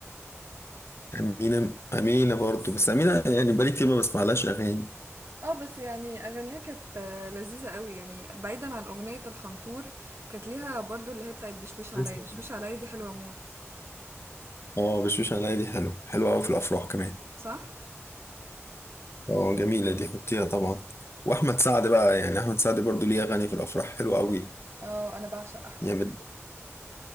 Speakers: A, on the left; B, on the right.
A: أمينة أمينة برضو بس أمينة يعني بقالي كتير ما بسمعلهاش أغاني
B: اه بس يعني اغانيها كانت آه، لذيذة قوي يعني بعيدا عن اغنية الخنطور كانت ليها برضو اللي هي بتاعت بشوش عليا
A: لسه
B: بشوش عليا دي حلوة موت
A: اه بشوش عليا دي حلو حلو أوي في الأفراح كمان
B: صح
A: اه جميلة دي حطيها طبعا وأحمد سعد بقى يعني أحمد سعد برضو ليه أغاني في الأفراح حلوة أوي
B: اه انا بعشق احمد
A: يعني
B: سعد
A: بت-